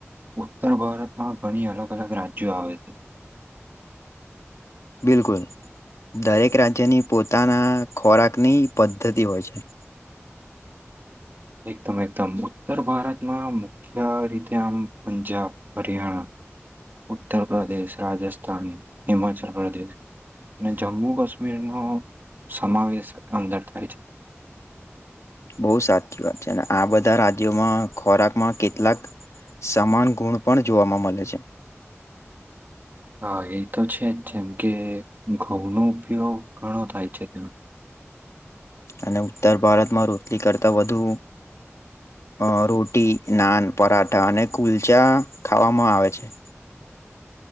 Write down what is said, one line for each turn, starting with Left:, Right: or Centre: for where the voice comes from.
Right: ઉત્તર ભારતમાં ઘણી અલગ અલગ રાજ્યો આવે છે
Left: બિલકુલ દરેક રાજ્યની પોતાના ખોરાકની પદ્ધતિ હોય છે <inaudible>
Right: એકદમ એકદમ ઉત્તર ભારતમાં મુખ્ય રીતે આમ પંજાબ હરિયાણા ઉત્તર પ્રદેશ રાજસ્થાન હિમાચલ પ્રદેશ અને જમ્મુ કાશ્મીરનોો સમાવેશ અંદર થાય છે
Left: બહુ સાચી વાત છે અને આ બધા રાજ્યોમાં ખોરાકમાં કેટલાક સમાન ગુણ પણ જોવામાં મળે છે
Right: હા એ તો છે જ જેમ કે ઘઉંનો ઉપયોગ ઘણો થાય છે ત્યાં
Left: અને ઉત્તર ભારતમાં રોટલી કરતાં વધુ અ રોટી નાન પરાઠા અને કુલચા ખાવામાં આવે છે. <inaudible>